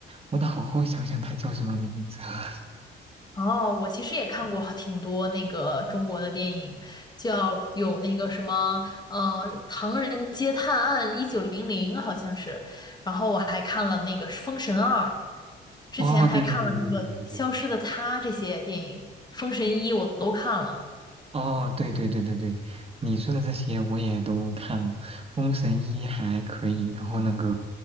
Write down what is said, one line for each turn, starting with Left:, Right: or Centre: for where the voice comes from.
Right: 我得好好想想它叫什么名字啊。
Left: 哦，我其实也看过挺多那个中国的电影，
Right: <laughs>
Left: 叫有那个什么，呃，《唐人街探案一九零零》好像是，然后我还看了那个《封神二》，之前还看了那个《消失的她》这些电影，
Right: 哦，对对对对对对对对对
Left: 《封神一》我都看了，
Right: 哦，对对对对对，你说的这些我也都看了，《封神一》还可以，然后那个